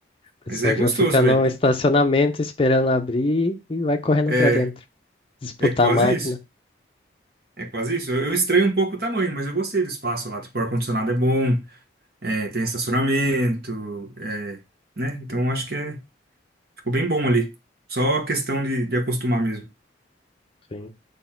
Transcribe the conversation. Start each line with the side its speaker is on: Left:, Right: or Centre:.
Left: O pessoal
Right: Mas é gostoso,
Left: já fica no
Right: velho.
Left: estacionamento esperando abrir e vai correndo
Right: É,
Left: pra dentro, disputar
Right: é quase
Left: a máquina.
Right: isso. É quase isso. Eu eu estranho um pouco o tamanho, mas eu gostei do espaço lá. Tipo, o ar-condicionado é bom, é, tem estacionamento, é, né? Então eu acho que é, ficou bem bom ali. Só questão de, de acostumar mesmo.
Left: Sim.